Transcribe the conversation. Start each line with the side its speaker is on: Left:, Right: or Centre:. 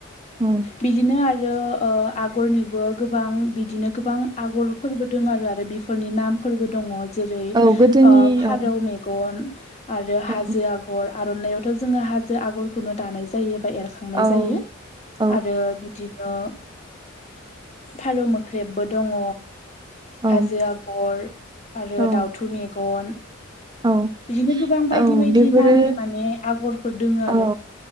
Right: औ
Left: बिदिनो आरो आगरनिबो गोबां बिदिनो गोबां आगरफोरबो आरो बेफोरनि नामफोरबो दङ जेरै
Right: औ गोदोनि
Left: फारौ
Right: औ
Left: मेगन गन आरो
Right: औ
Left: हाजो आगर आर'नाइावथ' जोंङो हाजो आगरखौनो दानाय जायोबा एर संनाय
Right: औ
Left: जायो
Right: औ
Left: आरो बिदिनो फारौ मोख्रेबबो दङ
Right: औ
Left: हाजो आगर आरो
Right: औ
Left: दाउथु मेगन
Right: औ
Left: बिदिनो गोबां बायदि
Right: औ
Left: बायदि
Right: बेफोरो
Left: नामनि माने आगरफोर दोङो आरो
Right: औ